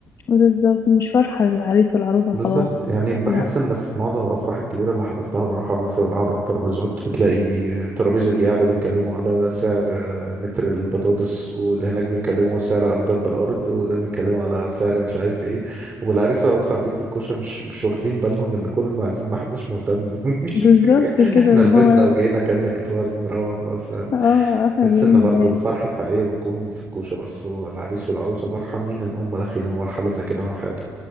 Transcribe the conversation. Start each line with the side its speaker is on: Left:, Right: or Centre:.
Left: بالظبط مش فرحة للعريس والعروسة
Right: بالظبط
Left: وخلاص
Right: يعني بحس
Left: لا
Right: ان في معظم الافراح الكبيره اللي حضرتها بروحها مثلا قاعد على الترابيزات بتلاقي الترابيزه دي قاعده بيتكلموا على سعر آه، متر البطاطس واللي هناك بيتكلموا سعر ارداب بالارض وده بيتكلموا على سعر مش عارف ايه والعريس والعروسه قاعدين في الكوشه مش مش واخدين بالهم ان كل المعازيم ما حدش مهتم
Left: بالظبط
Right: <laughs>
Left: كده
Right: احنا
Left: اللي
Right: لبسنا
Left: هو
Right: وجينا كأننا الجاتوه عايزين نروح بقى ف
Left: اه احنا
Right: بحس
Left: جايين
Right: ان برضو
Left: ن-
Right: الفرحه الحقيقيه بتكون في الكوشه بس هو العريس والعروسه فرحانين ان هم داخلين على مرحله زي كده من حياتهم